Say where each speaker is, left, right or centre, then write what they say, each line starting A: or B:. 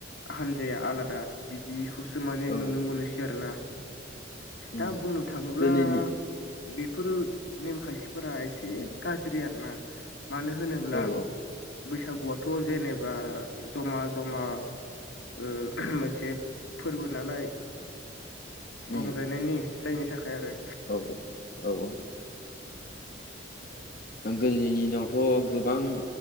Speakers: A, on the left; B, on the left.
A: हान्जाया आलादा बिदिखौसो माने
B: औ
A: नुनो मोनोसै आरोोना
B: उम
A: दा बुंनो थाङोब्ला
B: गोदोनि
A: बेफोरो नेमखान्थिफोरा एसे गाज्रि आरोना मानो होनोब्ला
B: औ औ
A: बैसागुआथ जेनेबा जमा जमा ओ मोनसे फोर्बो नालाय रंजानायनायनि
B: उम
A: जायनि थाखाय आरो
B: औ औ औ औ
A: औ
B: गोदोनि दिनावथ' गोबां